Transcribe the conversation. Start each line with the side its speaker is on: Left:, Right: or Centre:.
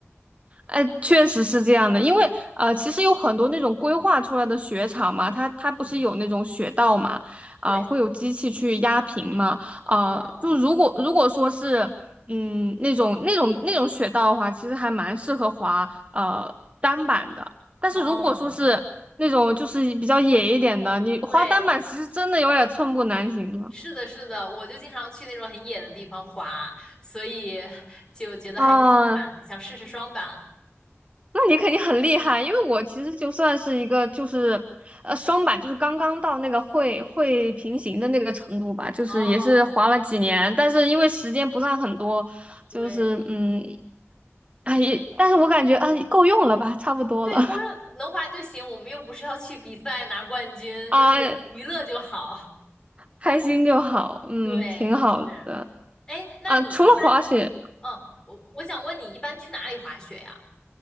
Right: 哎，确实是这样的，因为呃，其实有很多那种规划出来的雪场嘛，它它不是有那种雪道嘛，
Left: 嗯，对，
Right: 啊、会有机器去压平嘛，啊、
Left: 嗯
Right: 就如果如果说是嗯那种那种那种雪道的话，其实还蛮适合滑呃单板的，但是如果说是那种就是比较野一点的，
Left: 嗯，
Right: 你滑单板其实真的有点寸步难行了。
Left: 对。是的，是的，我就经常去那种很野的地方滑，所以就觉得还是双板，
Right: 啊、
Left: 想试试双板。
Right: 那你肯定很厉害，因为我其实就算是一个就是呃双板，就是刚刚到那个会会平行的那个程度吧，就是也是滑了几年，
Left: 哦，
Right: 但是因为时间不算很多，
Left: 对
Right: 就是嗯，哎，也但是我感觉啊够用了吧，差不多了
Left: 对，够用，能滑就行，我们又不是要去比赛拿冠军，
Right: <laughs> 啊，
Left: 就是娱乐就好。
Right: 开心就好，嗯，
Left: 对，
Right: 挺好的
Left: 就是。哎，那你一般，
Right: 啊。除了滑雪。
Left: 嗯，我我想问你，一般去哪里滑雪呀？